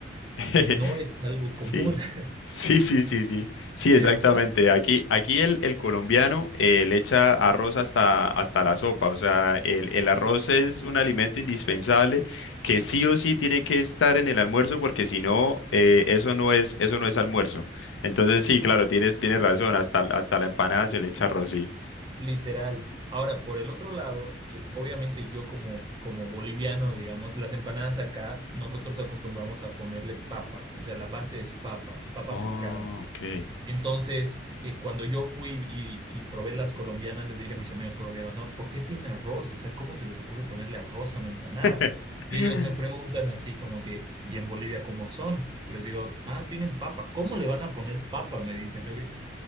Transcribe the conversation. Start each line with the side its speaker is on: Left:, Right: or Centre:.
Left: <laughs>
Right: y no es algo
Left: Sí,
Right: común, <laughs>
Left: sí, sí, sí, sí, sí,
Right: ¿cierto?
Left: exactamente. Aquí, aquí el, el colombiano eh, le echa arroz hasta, hasta la sopa, o sea, el, el arroz es un alimento indispensable que sí o sí tiene que estar en el almuerzo porque si no, eh, eso no es, eso no es almuerzo. Entonces sí, claro, tienes, tienes razón, hasta, hasta la empanada se le echa arroz, sí.
Right: Literal. Ahora, por el otro lado, eh, obviamente yo como, como boliviano, digamos, las empanadas acá, nosotros acostumbramos a ponerle papa, o sea, la base es papa, papa
Left: Oh,
Right: picada.
Left: ok.
Right: Eh, Entonces, eh, cuando yo fui y, y probé las colombianas, les dije a mis amigos colombianos, no, ¿por qué tiene arroz? O sea, ¿cómo se les ocurre ponerle arroz a una empanada?
Left: <laughs>
Right: Y ellos me preguntan así como que, ¿y en Bolivia cómo son? Y les digo, ah, tienen papa. ¿Cómo le van a poner papa? Me dicen. <laughs>